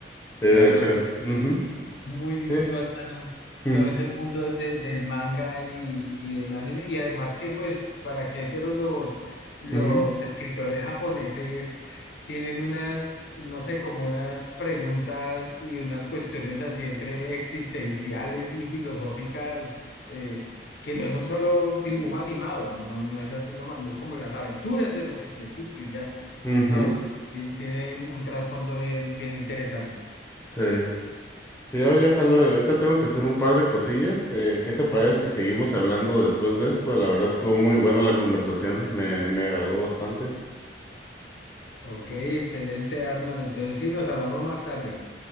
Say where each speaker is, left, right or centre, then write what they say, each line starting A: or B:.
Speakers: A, on the left; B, on the left.
A: de
B: Claro.
A: hecho, ujú,
B: Muy, muy
A: sí,
B: bacano
A: ujú,
B: todo ese mundo de- del manga y, y del anime. Y además que, pues, ¿para qué? Pero los, los
A: ujú,
B: escritores japoneses tienen unas, no sé, como unas preguntas y unas cuestiones así entre existenciales y filosóficas eh, que no son solo dibujo animado, no, no es así nomás, no es como las aventuras de no sé quiéncito y ya,
A: ujú,
B: no, tiene, tiene ahí un, un trasfondo bien, bien interesante.
A: sí. Sí, oye, Jalber, ahorita tengo que hacer un par de cosillas. Eh, ¿qué te parece si seguimos hablando después de esto? La verdad estuvo muy buena la conversación, me, me agradó bastante.
B: Ok, excelente, Arnold. Entonces sí, nos hablamos más tarde.